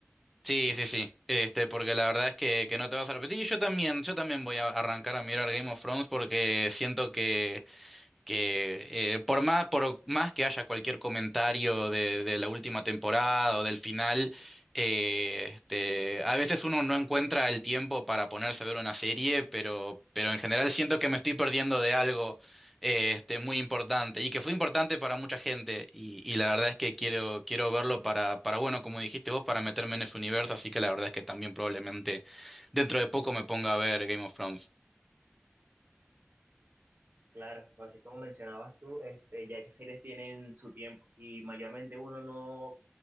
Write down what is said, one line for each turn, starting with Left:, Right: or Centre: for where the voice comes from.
Centre: Sí, sí, sí, este, porque la verdad es que, que no te vas a repetir y yo también, yo también voy a arrancar a mirar Game of Thrones porque siento que que eh, por más, por más que haya cualquier comentario de, de la última temporada o del final, eh, este, a veces uno no encuentra el tiempo para ponerse a ver una serie, pero, pero en general siento que me estoy perdiendo de algo eh, este, muy importante y que fue importante para mucha gente y, y la verdad es que quiero, quiero verlo para, para, bueno, como dijiste vos, para meterme en ese universo, así que la verdad es que también probablemente dentro de poco me ponga a ver Game of Thrones.
Right: Claro, pues así como mencionabas tú, este, ya esas series tienen su tiempo y mayormente uno no,